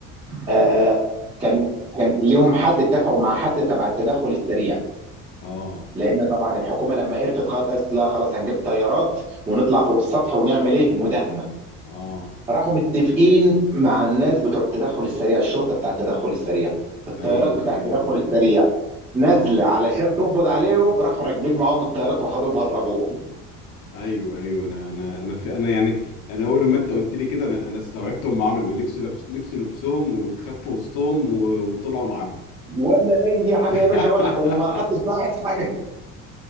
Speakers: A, on the right; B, on the left.
A: آه، كان كان ليهم حد اتفقوا مع حد تبع التدخل السريع
B: اه
A: لان طبعا الحكومه لما قرفت خلاص قالت لا خلاص هنجيب طيارات ونطلع فوق السطح ونعمل ايه مداهمه
B: اه
A: راحوا متفقين مع الناس بتوع التدخل السريع الشرطه بتاع التدخل السريع الطيارات
B: ايوه
A: بتاع التدخل
B: ايوه
A: السريع
B: ايوه
A: نازله
B: اه
A: علشان تقبض عليهم راحوا راكبين معاهم الطيارات وخدوهم هربوهم
B: ايوه ايوه انا انا انا في انا يعني انا اول لما انت قلت لي كده انا انا استوعبت هم عملوا ايه لبسوا لبس لبسوا لبسهم وتخفوا وسطهم و- وطلعوا معاهم
A: ولا اي حاجه
B: <laughs>
A: يا باشا ولا وما حدش لاحظ حاجه